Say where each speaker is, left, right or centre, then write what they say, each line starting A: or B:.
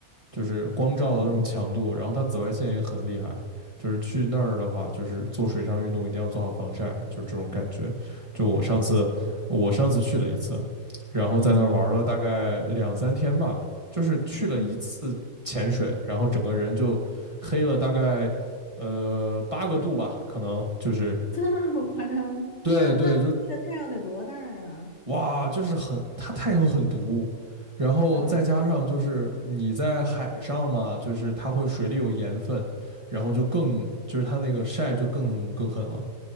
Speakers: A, on the right; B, on the left.
A: 就是光照的那种强度，
B: 嗯
A: 然后它紫外线也很厉害。就是去那儿的话，就是做水上运动一定要做好防晒，就是这种感觉。就我上次，我上次去了一次，然后在那儿玩了大概两三天吧，
B: 嗯。
A: 就是去了一次潜水，
B: 嗯
A: 然后整个人就黑了大概呃八个度吧，可能就是
B: <laughs> 这么夸张？
A: 对对，
B: 但是它这太阳得多大呀？
A: 就哇，就是很，它太阳很毒，然后再加上就是你在海上嘛，
B: 啊，
A: 就是它会水里有盐分，然后就更就是它那个晒就更更狠了。